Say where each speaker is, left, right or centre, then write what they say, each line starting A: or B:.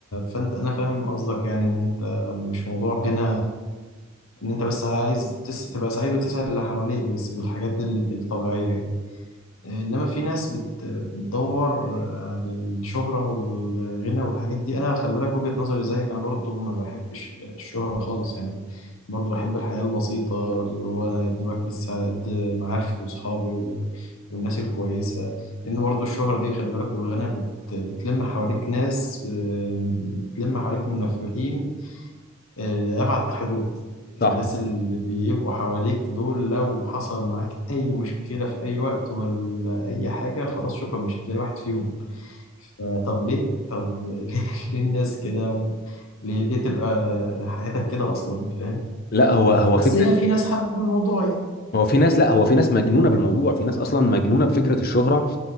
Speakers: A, on the left; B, on the left.
A: فأنت أنا فاهم قصدك يعني إن أنت مش موضوع غنى ان انت بس عايز تس... تبقى سعيد وتسعد اللي حواليك بس بالحاجات ال- الطبيعية يعني انما في ناس بت... بتدور على الشهرة والغنى والحاجات دي انا خلي بالك وجهة نظري زيك انا برضو ما بحبش الشهرة خالص يعني برضو بحب الحياة البسيطة اللي هو انا يا دوبك بس على قد معارفي واصحابي و... والناس الكويسة لان برضو الشهرة دي خلي بالك والغنى بت... بتلم حواليك ناس آه، بتلم حواليك منافقين آه، أبعد حدود الناس
B: صح
A: اللي بيبقوا حواليك دول لو حصل معاك أي مشكلة في أي وقت ولا أي حاجة خلاص شكرا مش هتلاقي واحد فيهم فطب ليه طب <laughs> ليه ليه الناس كده و- ليه ليه تبقى حياتك كده أصلا فاهم
B: لا هو هو
A: بس
B: فكره
A: هي في ناس حابة الموضوع يعني
B: هو في ناس لا هو في ناس مجنونه بالموضوع في ناس اصلا مجنونه بفكره الشهره